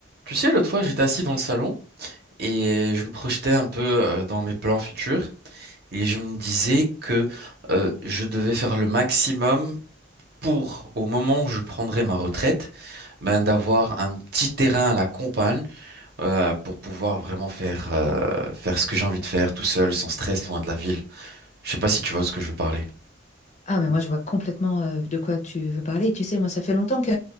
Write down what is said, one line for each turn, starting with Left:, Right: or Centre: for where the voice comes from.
Right: Tu sais, l'autre fois, j'étais assis dans le salon et je me projetais un peu euh, dans mes plans futurs et je me disais que euh, je devais faire le maximum pour, au moment où je prendrai ma retraite, ben, d'avoir un petit terrain à la campagne euh, pour pouvoir vraiment faire, euh, faire ce que j'ai envie de faire tout seul, sans stress, loin de la ville. Je sais pas si tu vois de ce que je veux parler.
Left: Ah, mais moi, je vois complètement euh, de quoi tu veux parler. Tu sais, moi, ça fait longtemps que,